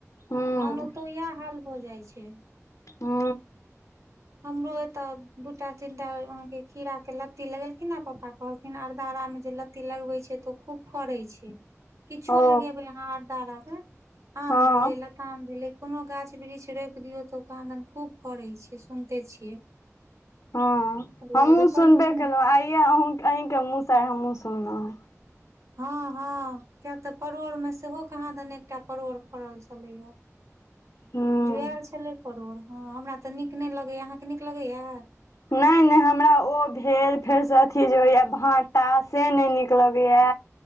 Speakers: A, on the left; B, on the right.
A: हूँ
B: तहन ओतौ इएह हाल भ जाय छै।
A: हू।
B: हमरो एत दूटा तीनटा अहाँ के खीरा के लत्ती लगेलखिन हे पप्पा। कहलखिन अरदारा मे जे लत्ती लगबे छै त ओ खूब फड़े छै। किछो
A: ओ
B: लगेबै अहाँ अरदारा में आम
A: हँ
B: भेलै ल, लताम भेलै कोनो गाछ वृक्ष रोएप दियौ त कहांदन खूब फड़े छै। सुनते छियै।
A: हँ
B: हेलो
A: हमहूँ
B: रोपलखिन
A: सुनबे केल आइएँ अहुं अहींके मुहसँ हमहूँ सुनलहुँ।
B: हँ हँ किया त परोड़ में सेहो कहांदन एकटा परोड़ फड़ल छलैया।
A: हूँ
B: जुएल छलै परोर हँ हमरा त नीक नय लगैया अहाँके नीक लगैया।
A: नय न हमरा ओ भेल फेरसँ अथी जे होइया भाटा से नए नीक लगैया।